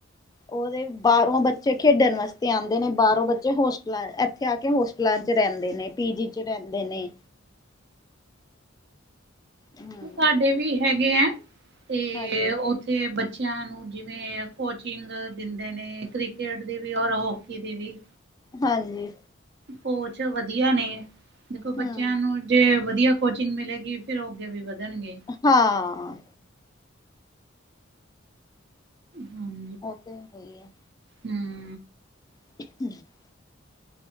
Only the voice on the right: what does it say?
ਤੁਹਾਡੇ ਵੀ ਹੈਗੇ ਐ। ਤੇ
ਉ ਇੱਥੇ ਬੱਚਿਆਂ ਨੂੰ ਜਿਵੇਂ ਕੋਚਿੰਗ ਦਿੰਦੇ ਨੇ, ਕ੍ਰਿਕਟ ਦੀ ਵੀ ਔਰ ਹੋਕੀ ਦੀ ਵੀ
ਕੋਚ ਵਧੀਆ ਨੇ, ਦੇਖੋ
ਬੱਚਿਆਂ ਨੂੰ ਜੇ ਵਧੀਆ ਕੋਚਿੰਗ ਮਿਲੇਗੀ। ਫੇਰ ਉਹ ਅੱਗੇ ਵੀ ਵਧਣਗੇ। -
ਹਮ
ਹਮ